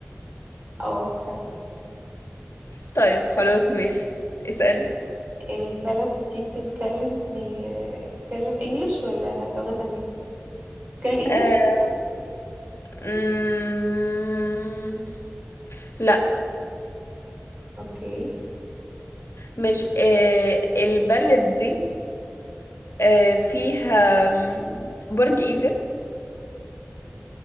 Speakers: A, on the right; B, on the left.
A: اه سهل
B: طيب خلاص ماشي اسألي
A: البلد دي بتتكلم إيه، بتتكلم انجلش ولا لغة تانية بتتكلم انجلش
B: آه مم... لا
A: اوكي
B: ماشي آه البلد دي آه فيها مم، برج ايفل